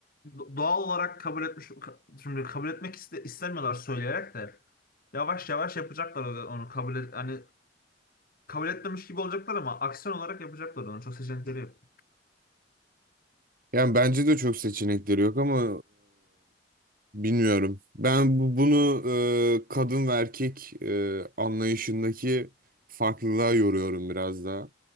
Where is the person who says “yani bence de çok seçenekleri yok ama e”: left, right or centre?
Right